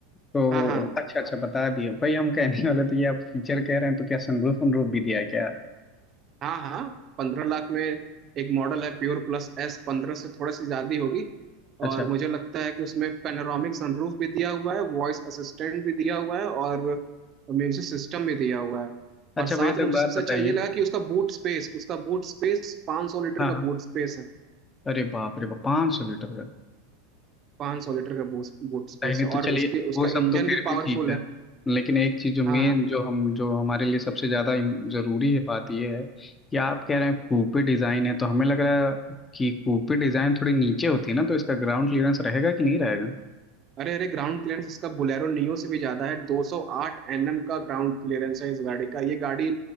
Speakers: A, on the left (about 20°); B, on the right (about 35°).
A: तो
B: हाँ हाँ
A: अच्छा अच्छा बता दिए भाई हम कहने वाले तो ये आप फीचर कह रहे हैं तो क्या सनरूफ वनरूफ भी दिया है क्या
B: हाँ हाँ पंद्रह लाख में एक मॉडल है प्योर प्लस एस पंद्रह से थोड़ा सी ज्यादा ही होगी
A: अच्छा
B: और मुझे लगता है कि उसमें पैनोरामिक सनरूफ भी दिया हुआ है वॉइस असिस्टेंट भी दिया हुआ है और म्यूजिक सिस्टम भी दिया हुआ है और
A: अच्छा
B: साथ
A: भैया तो
B: मुझे
A: एक बात
B: सबसे
A: बताइए
B: अच्छा ये लगा कि उसका बूट स्पेस उसका बूट स्पेस 500 लीटर
A: हाँ
B: का
A: हाँ
B: बूट स्पेस है
A: अरे बाप रे बाप पाँच सौ लीटर का
B: 500 लीटर का बूट बूट स्पेस
A: नहीं नहीं
B: है
A: तो चलिए
B: और उसकी उसका
A: वो सब
B: इंजन
A: तो फिर
B: भी पावरफुल
A: भी ठीक है
B: है
A: लेकिन एक चीज जो मेन
B: हाँ हाँ
A: जो हम जो हमारे लिए सबसे ज्यादा इम- जरूरी है बात ये है कि आप कह रहे हैं कूपे डिजाइन है तो हमें लग रहा है कि कूपे डिजाइन थोड़ी नीचे होती है ना तो इसका ग्राउंड क्लियरेंस रहेगा कि नहीं रहेगा
B: अरे अरे ग्राउंड क्लियरेंस इसका बोलेरो नियो से भी ज्यादा है 208 एनएम का ग्राउंड क्लियरेंस है इस गाड़ी का ये गाड़ी